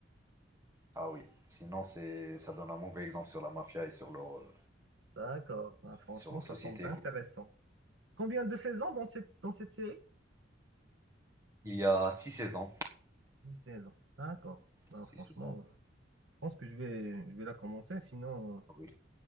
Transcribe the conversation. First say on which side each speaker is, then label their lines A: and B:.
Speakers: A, on the right (about 15°); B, on the right (about 75°).
A: ah oui. Sinon c'est ça donne un mauvais exemple sur la mafia et sur leur, heu,
B: D'accord. Ah, franchement,
A: sur leur
B: ça
A: société,
B: semble intéressant.
A: quoi.
B: Combien de saisons dans cette, dans cette série?
A: Il y a 6 saisons,
B: 10 saisons. D'accord. Ben,
A: 6
B: franchement,
A: saisons,
B: euh, je pense que je vais, je vais la commencer. Sinon,
A: ah oui,